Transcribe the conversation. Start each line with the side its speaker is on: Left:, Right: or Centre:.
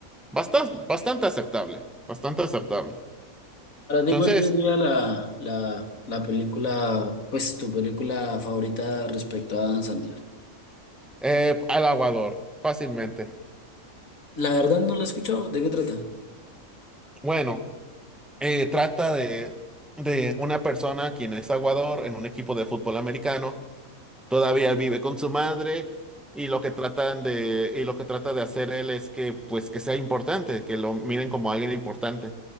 Centre: bastante, bastante aceptable, bastante aceptable.
Left: Para ti,
Centre: Entonces,
Left: ¿cuál sería la, la, la película, pues, tu película favorita respecto a Adam Sandler?
Centre: eh, al aguador, fácilmente.
Left: La verdad no la he escuchado. ¿De qué trata?
Centre: Bueno, eh, trata de, de una persona quien es aguador en un equipo de fútbol americano, todavía vive con su madre y lo que tratan de, y lo que trata de hacer él es que, pues, que sea importante, que lo miren como alguien importante.